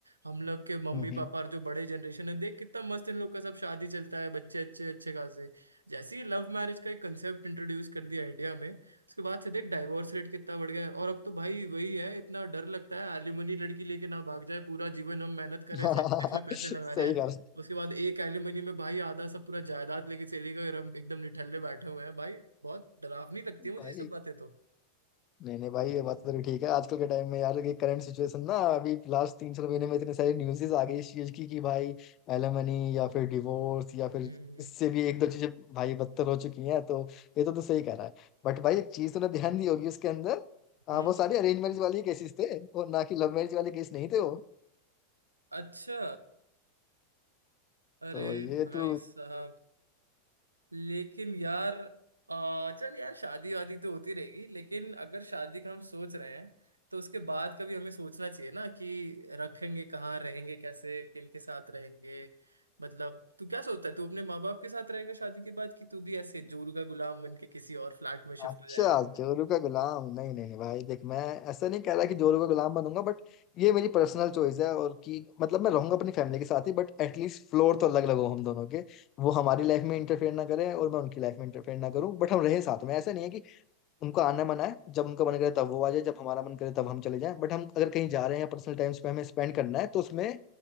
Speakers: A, on the right; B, on the left.
A: हम लोग के मम्मी
B: हम्म
A: पापा
B: हम्म।
A: और जो बड़े जनरेशन है देख कितना मस्त इन लोग का सब शादी चलता है बच्चे अच्छे अच्छे खासे जैसे ही लव मैरिज का एक कंसेप्ट इंट्रोड्यूस कर दिया इंडिया में उसके बाद से देख डाइवोर्स रेट कितना बढ़ गया है और अब तो भाई वही है इतना डर लगता है एलिमनी लड़की लेके ना भाग जाए पूरा जीवन हम मेहनत कर
B: <laughs>
A: रहे हैं सेक्स में पैसे
B: सही
A: लगा रहे हैं
B: कहा
A: उसके बाद एक एलिमनी में भाई आधा सब पूरा जायदाद लेके चली गई और हम एकदम निठल्ले बैठे हुए हैं भाई बहुत डरावनी लगती है मुझे
B: भाई
A: ये सब बातें तो
B: नहीं नहीं भाई ये बात तो तेरी ठीक है आजकल के टाइम में यार ये करंट सिचुएशन ना अभी लास्ट तीन चार महीने में इतनी सारी न्यूज़ेस आ गई इस चीज की कि भाई एलिमनी या फिर डिवोर्स या फिर
A: हम्म
B: इससे भी एक दो चीजें भाई बदतर हो चुकी हैं तो ये तो तू सही कह रहा है बट भाई एक चीज तूने ध्यान दी होगी उसके अंदर हाँ
A: हम्म
B: वो सारी अरेंज मैरिज वाली केसेस थे और ना कि लव मैरिज वाले केस नहीं थे वो
A: अच्छा अरे
B: तो ये
A: भाई
B: तू
A: साहब लेकिन यार आ, चल यार शादी वादी तो होती रहेगी लेकिन अगर शादी का हम सोच रहे हैं तो उसके बाद का भी हमें सोचना चाहिए ना कि रखेंगे कहाँ रहेंगे कैसे किन के साथ रहेंगे मतलब तू क्या सोचता है तू अपने माँ बाप के साथ रहेगा शादी के बाद कि तू भी ऐसे जोरू का गुलाम बन के किसी और फ्लैट में शिफ्ट
B: अच्छा
A: हो जाएगा
B: जोरू का गुलाम नहीं नहीं नहीं भाई देख मैं ऐसा नहीं कह रहा कि जोरू का गुलाम बनूंगा बट ये मेरी पर्सनल चॉइस है और कि मतलब मैं रहूंगा अपनी फैमिली के साथ ही बट एटलीस्ट फ्लोर तो अलग अलग हो हम दोनों के वो हमारी लाइफ में इंटरफेयर ना करे और मैं उनकी लाइफ में इंटरफेयर ना करूं बट हम रहे साथ में ऐसा नहीं है कि उनको आना मना है जब उनका मन करे तब वो आ जाए जब हमारा मन करे तब हम चले जाएं बट हम अगर कहीं जा रहे हैं पर्सनल टाइम हमें स्पेंड करना है तो उसमें